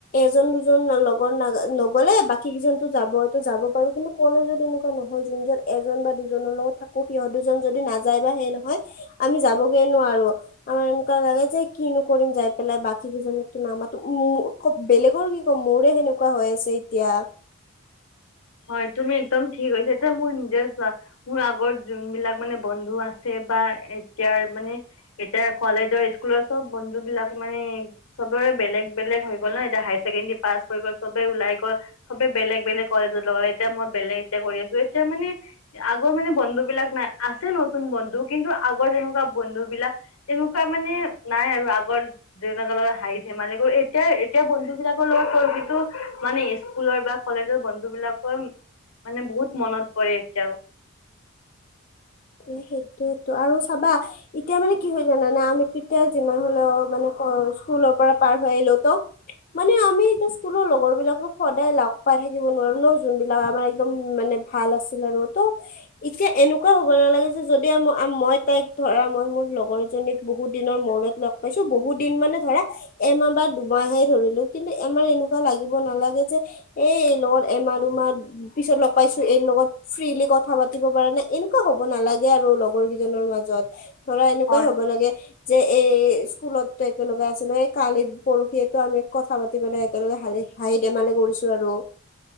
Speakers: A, on the left; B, on the left.
A: এজন দুজন লগৰ নাজা নগলে বাকী কেইজনো যাবতো যাব পাৰো, কিন্তু কলেজত নহয় যোনজন এজন বা দুজনৰ লগত থাকো সিহঁত দুজন যদি নাযায় বা সেই নহয় আমি যাবগে নোৱাৰো। আমাৰ এনেকুৱা লাগে যে কিনো কৰিম যাই পেলাই বাকী দুজনীকটো নামাতো, উম খুব বেলেগৰ কি কম মোৰে সেনেকুৱা হৈ আছে এতিয়া।
B: হয় তুমি একদম ঠিক কৈছা। এতিয়া মোৰ নিজৰে চোৱা মোৰ আগত যোনবিলাক মানে বন্ধু আছে, বা এতিয়াৰ মানে এতিয়া কলেজৰ স্কুলৰ চব বন্ধুবিলাক মানে চবৰে বেলেগ বেলেগ হৈ গ'ল না, এতিয়া হায়াৰ ছেকেণ্ডেৰী পাছ হৈ গ'ল চবে ওলাই গ'ল। চবে বেলেগ, বেলেগ কলেজত লগালে এতিয়া মই বেলেগকে কৰি আছোঁ এতিয়া মানে। আগৰ মানে বন্ধুবিলাক নাই আছে নতুন বন্ধু কিন্তু আগৰ যেনেকুৱা বন্ধুবিলাক তেনেকুৱা মানে নাই আৰু আগৰ। <unintelligible> লগত হাঁহি ধেমালি কৰোঁ এতিয়া, এতিয়া বন্ধু বিলাকৰ লগত কৰোঁ কিন্তু মানে স্কুলৰ বা। কলেজৰ বন্ধুবিলাকৰ মানে বহুত মনত পৰে এতিয়াও।
A: এ সেইটোৱেটো আৰু চাবা এতিয়া মানে কি হয় জানানে আমি এতিয়া যিমান হ'লেও মানে কলে স্কুলৰ পৰা পাৰ হৈ আহিলো তো মানে আমি কোনো লগৰ বিলাকক সদায় লগ পাই থাকিব নোৱাৰো নহ যোনবিলাক আমাৰ একদম মানে। ভাল আছিল আৰু তো এতিয়া এনেকুৱা নালাগে যে যদি মই তাইক ধৰা মই মোৰ লগৰজনীক বহুত দিনৰ মূৰত লগ পাইছোঁ বহুত দিন মানে ধৰা। এমাহ বা দুমাহে ধৰিলো কিন্তু আমাৰ এনেকুৱা লাগিব নালাগে যে। এ এই লগত এমাহ দুমাহ পিছত লগ পাইছো এই লগত ফ্ৰিলি কথা পাতিব পাৰা নাই এনেকুৱা হ'ব নালাগে আৰু লগৰ কেইজনৰ মাজত ধৰা এনেকুৱাই
B: হয়।
A: হ'ব লাগে। যে এই স্কুলত একেলগে আছিলো এই কালিত পৰহিয়েটো আমি কথা পাতি পেলাই একেলগে হা হাঁহি ধেমালি কৰিছোঁ আৰু।